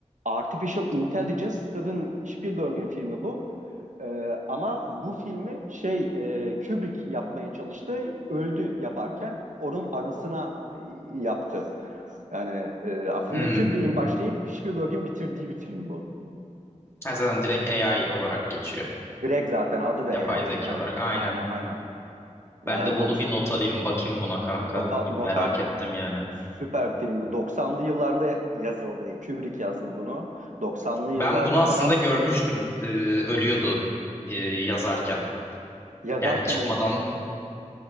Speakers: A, on the right (about 80°); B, on the left (about 20°).
A: Artificial Intelligence, Steven Spielberg'in filmi bu. Ee, ama bu filmi şey e, Kubrick yapmaya çalıştı. Öldü yaparken. Onun anısına e, yaptı. Yani e, aslında
B: Hmm.
A: Kubrick'in başlayıp Spielberg'in bitirdiği bir film bu.
B: Ha, zaten direkt AI olarak geçiyor.
A: Direkt zaten adı da
B: Yapay
A: AI.
B: zeka
A: Aynen.
B: olarak aynen.
A: Aynen aynen.
B: Ben
A: Yani
B: de bunu
A: 90
B: bir not alayım bakayım buna kanka.
A: Notal,
B: Bir
A: Notal
B: merak ettim yani.
A: süper bir film. bu. 90'lı yıllarda yazıldı. Kubrick yazdı bunu. Doksanlı yıllarda
B: Ben bunu aslında
A: adam
B: görmüştüm. Ee, ölüyordu ee, yazarken.
A: yazarken
B: Yani çıkmadan
A: öyle,